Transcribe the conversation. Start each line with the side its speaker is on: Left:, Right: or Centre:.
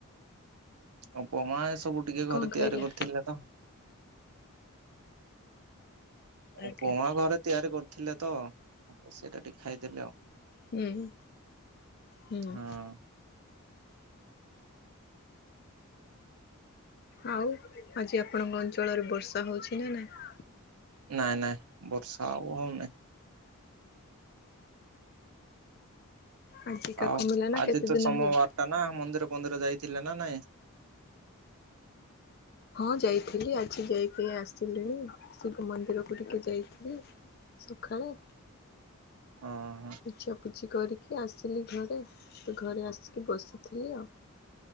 Right: ଉପମା ଏ ସବୁ ଟିକେ
Left: କଣ
Right: ଘରେ ତିଆରି
Left: ଖାଇଲେ?
Right: କରିଥିଲେ ତ।
Left: ଆଜ୍ଞା।
Right: ଉପମା ଘରେ ତିଆରି କରିଥିଲେ ତ ସେଇଟା ଟିକେ ଖାଇଦେଲି ଆଉ।
Left: ହୁଁ ହୁଁ।
Right: ହଁ
Left: ଆଉ ଆଜି ଆପଣଙ୍କ ଅଞ୍ଚଳରେ ବର୍ଷା ହଉଛି ନା ନାହିଁ।
Right: ନାଇଁ ନାଇଁ ବର୍ଷା ଆଉ ହଉନାଇଁ।
Left: ଆଜିକା
Right: ଆଉ
Left: କମିଲା ନା
Right: ଆଜି
Left: କେତେ
Right: ତ
Left: ଦିନ
Right: ସୋମବାର
Left: ହେଲା?
Right: ଟା ନା ମନ୍ଦିର ପନ୍ଦିର ଯାଇଥିଲେ ନା ନାଇଁ?
Left: ହଁ ଯାଇଥିଲି ଆଜି ଯାଇକି ଆସିଲିଣି ଶିବ ମନ୍ଦିରକୁ ଟିକେ ଯାଇଥିଲି। ସଖାଳେ।
Right: ଆଁ ହଁ।
Left: ପୁଛାପୁଛି କରିକି ଆସିଲି ଘରେ ତ ଘରେ ଆସିକି ବସିଥିଲି ଆଉ।